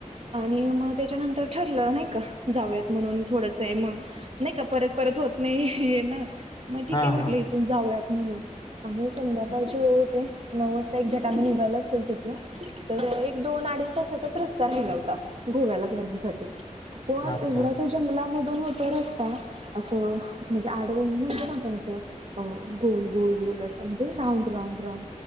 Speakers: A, on the right; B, on the left.
A: आणि मग त्याच्यानंतर तर ठरलं नाही का जाऊयात म्हणून थोडंच आहे मग नाही का परत परत होत नाही ये ना मग ठीक
B: हा
A: आहे म्हटलं
B: हा
A: इथून जाऊयात म्हणून आम्ही संध्याकाळची वेळ होते नऊ वाजता एकझाक्ट आम्ही निघालो असेल तिथून तर एक दोन अडीच तासाचाच रस्ता राहिला होता. गोव्याला जाण्यासाठी पण
B: अच्छा
A: एवढा तो जंगलामधून होता रस्ता असं म्हणजे, आडवळणी म्हणतो ना आपण असं. हो गोल गोल गोल असा म्हणजे राऊंड राऊंड राऊंड